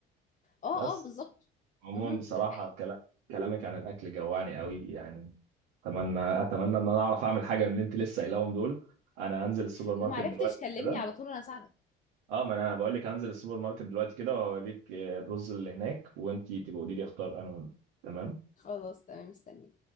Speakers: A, on the left; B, on the right.
A: اه
B: بس
A: اه بالظبط
B: عموما
A: مهم،
B: بصراحه
A: ده حقيقي
B: كلا- كلامك عن الاكل جوعني قوي يعني اتمنى اتمنى ان انا اعرف اعمل حاجه من اللي انت لسه قايلاهم دول انا هنزل السوبر
A: لو
B: ماركت
A: ما عرفتش
B: دلوقتي
A: كلمني
B: كده
A: على طول انا اساعدك
B: اه ما انا بقول لك هنزل السوبر ماركت دلوقتي كده وهوريك الرز اللي هناك وانت تبقى قولي لي اختار انا هنا تمام
A: خلاص تمام مستنيه